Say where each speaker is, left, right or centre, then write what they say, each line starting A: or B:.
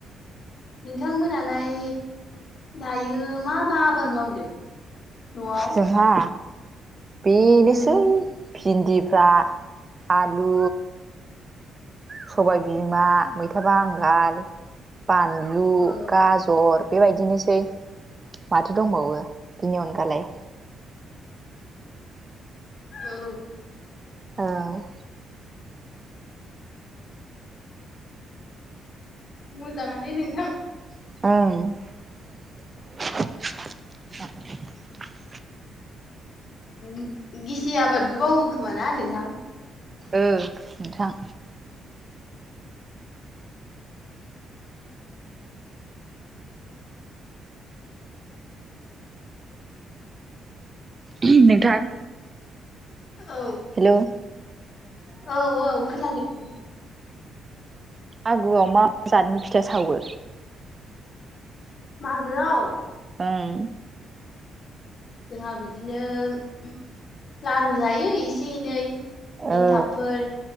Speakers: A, on the left; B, on the right.
A: नोंथांमोनालाय दायो मा मा आबाद मावदों? न'आव
B: जोहा बेनोसै
A: उम
B: भिन्दिफ्रा आलु सबाय बिमा मैथा बांगाल बानलु
A: औ
B: गाजर बेबायदिनोसै माथो दंबावो बेनि अनगालाय।
A: औ
B: आव
A: मोजाङानो नोंथां।
B: औ
A: गि गिसि आबादबो मावहोखोम ना नोंथां?
B: ओ नोंथां नों नोंथां
A: औ
B: हेल'
A: औ औ खोनादों
B: आगुआव मा जातनि फिथा सावो?
A: मागोआव
B: ओं
A: जोंहा बिदिनो म लारु जायो एसे एनै
B: ओ
A: एन्थाबफोर